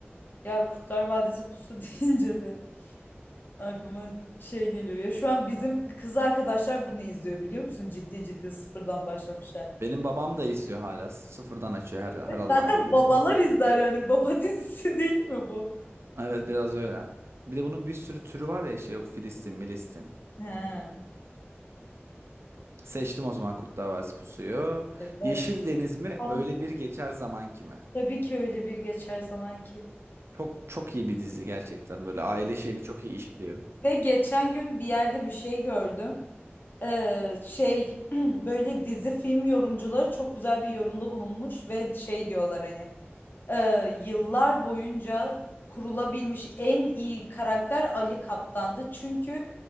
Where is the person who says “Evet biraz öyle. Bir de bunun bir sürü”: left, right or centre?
Right